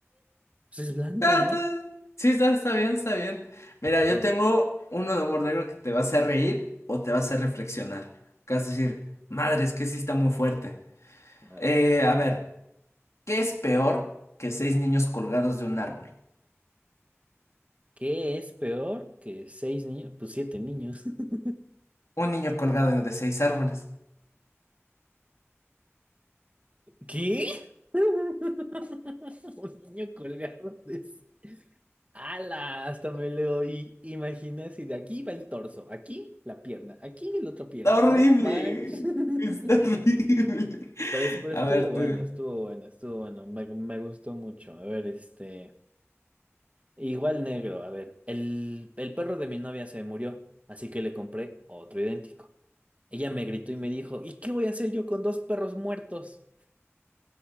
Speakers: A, on the right (about 30°); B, on the left (about 75°).
A: Pues es blanco,
B: Ah,
A: ¿no?
B: está- Sí, está, está bien, está bien. Mira, yo
A: Oh,
B: tengo uno de humor negro que te va a hacer reír o te va a hacer reflexionar. Que vas a decir, madre, es que sí está muy fuerte.
A: a
B: Eh,
A: ver.
B: a ver, ¿qué es peor que seis niños colgados de un árbol?
A: ¿Qué es peor que seis niños? Pues siete niños. <laughs>
B: Un niño colgado de seis árboles.
A: ¿Qué? <laughs> Un niño colgado de... sí. ¡Hala! Hasta me lo oí. imaginé si de aquí va el torso, aquí la pierna, aquí la otra pierna,
B: Está horrible.
A: no manches.
B: Está
A: <laughs>
B: horrible.
A: Pero, es- pero
B: A
A: estuvo
B: ver, tú.
A: bueno, estuvo bueno, estuvo bueno, me, me gustó mucho. A ver, este, igual negro, a ver, el, el perro de mi novia se murió, así que le compré otro idéntico. Ella me gritó y me dijo, ¿y qué voy a hacer yo con dos perros muertos?